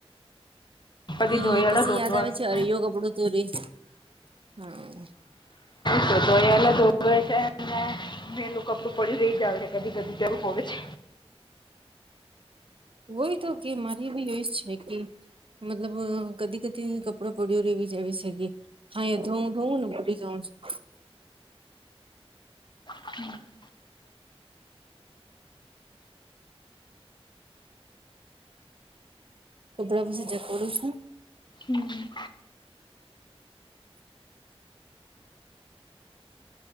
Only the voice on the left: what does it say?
બધી
ધોયાડા
ધોવા
તો તો એ એલા ધોવે છે મે એ મેલું કપડું પડી્યું રહી જાવ છે કદી કદી જરૂું હોય છે
<inaudible>
હમ્મ